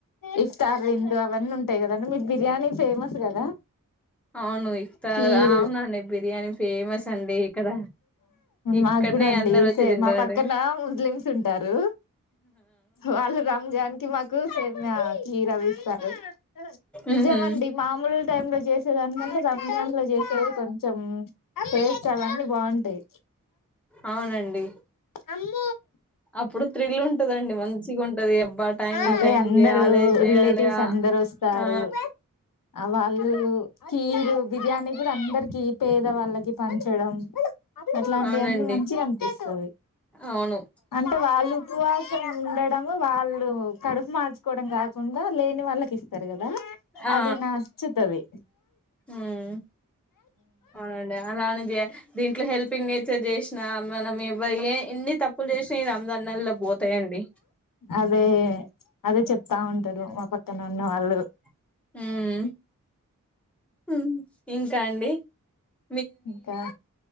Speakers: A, on the left; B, in the centre.
A: ఇస్త ఆర్లిం అవన్న ఉంటాయి కదా అండి బిర్యానీ ఫేమస్ కదా
B: అవును ఇఫ్తార్
A: కీరు
B: అవునండి బిర్యానీ ఫేమస్ అండి ఇక్కడ ఇక్కడనే
A: మాకు కూడా అండి
B: అందరు వచ్చి
A: సే
B: తింటారండి
A: మా పక్కన ముస్లిమ్స్ ఉంటారు వాళ్ళు రాంజాన్ కి మాకు సేమ్య కీర విస్తారు నిజమండి
B: ఉహు
A: మామూలు టైమ్ లో చేసేదానికంటే చేసేదే కొంచెం టేస్ట్ అవన్నీ బాగుంటాయి
B: అవునండి
A: అమ్మ
B: అప్పుడు థ్రిల్ ఉంటదండి మంచిగా ఉంటది అబ్బా టైం ఈ
A: అదే
B: టైం
A: అందరు
B: కి చేయాలి చేయాలి
A: రిలేటివ్స్
B: ఆ
A: అందరు వస్తారు
B: ఆ
A: ఆ వాళ్ళు కీరు బిర్యానీ కూడా అందరికి పేద వాళ్ళకి పంచడం అట్లాంటివన్నీ
B: అవునండి
A: మంచిగా అనిపిస్తుంది
B: అవును
A: అంటే వాళ్ళు ఉపవాసం ఉండడము వాళ్ళు కడుపు మార్చుకోవడం కాకుండా లేని వాళ్ళకి ఇస్తారు కదా
B: ఆ
A: అది నచ్చుతది
B: ఉమ్ అవునండి అలానే చే దీంట్లో హెల్పింగ్ నేచర్ చేసినా మనం ఏ ఇన్ని తప్పులు చేస తొనిమ్మిద నెలల్లో పోతాయండి
A: అదే అదే చెప్తా ఉంటారు మా పక్క ఇతనున్న వాళ్ళు
B: హు
A: ఇంకా